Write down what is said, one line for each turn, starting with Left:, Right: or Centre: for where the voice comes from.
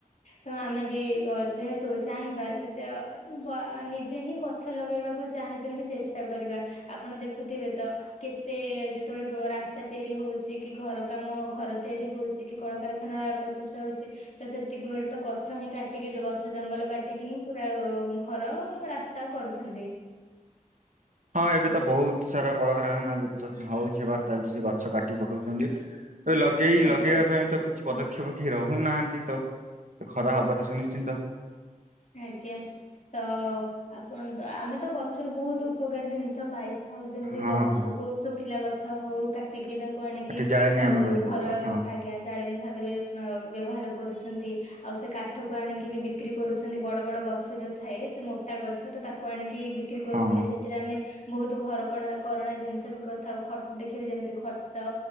Left: ତ ଆମେ ବି ଯେହେତୁ ଚାହିଁବା ଯେତେ ନିଜେ ହିଁ ଗଛ ଲଗେଇବାକୁ ଚାଁ ଯେମିତି ଚେଷ୍ଟା କରିବା ଆପଣ ଦେଖୁଥିବେ ତ କେତେ ଯେତେବେଳେ ରାସ୍ତା ତିଆରି ହଉଛି କି ଘର କାମ ଘର ତିଆରି ହଉଛି କି କଳକାରଖାନା ପ୍ରତିଷ୍ଠା ହଉଛି ତ ସେତିକି ବେଳେ ତ ଗଛ ହିଁ କାଟିକି ଗଛ ଜଙ୍ଗଲ କାଟିକିହି ଆଉ ଘର ରାସ୍ତା କରୁଛନ୍ତି।
Right: ହଁ ଏବେ ତ ବହୁତ ସାରା କଳାକାରଖାନା ହଉଚି ବା ଚାଲିଛି ସେ ଗଛ କାଟି ପକଉଛନ୍ତି। ଲଗେଇ
Left: ଆଜ୍ଞା
Right: ଲଗେଇବା ପାଇଁ ତ କିଛି ପଦକ୍ଷେ ବ୍ରୁକ୍ଷ ବ୍ରୁକ୍ଷିର ରହୁନାହାନ୍ତି ତ ଖରା ହବା ତ ସୁନିଶ୍ଚିନ୍ତ।
Left: ଆଜ୍ଞା ତ ଆପଣ ଆମେ ତ ଗଛର ବହୁତ ଉପକାରୀ ଜିନିଷ ପାଇଥାଉ ଯେମିତି
Right: ହଁ
Left: ଗଛକୁ
Right: ହଁ
Left: ଶୁଖିଲା ଗ ଛ ହଉ କାଟିକି ତା କୁ ଆଣିକି
Right: ଏଠି ଜାଳେଣି ଆମେ
Left: ଯୋଉ
Right: କରିପାରିବା
Left: ଘର
Right: ହଁ
Left: ଆଜ୍ଞା ଜାଳେଣି ଭାବରେ ଅ ବ୍ୟବହାର କରୁଛନ୍ତି ଆଉ ସେ କାଠ କୁ ଆଣିକି ବି ବିକ୍ରି କରୁଛ ସେମତି ବଡ ବଡ ଗଛ ଯୋଉ ଥାଏ ସେ ମୋଟା ଗଛ ତ ତାକୁ ଆଣି କି ବିକ୍ରି କରୁଛନ୍ତି
Right: ହଁ
Left: ସେଥିରେ ଆମେ ବହୁତ ଘରକଣା କରଣା ଜିନିଷ ବି କରିଥାଉ ଖ ଦେଖିବି ଯେମିତି ଖଟ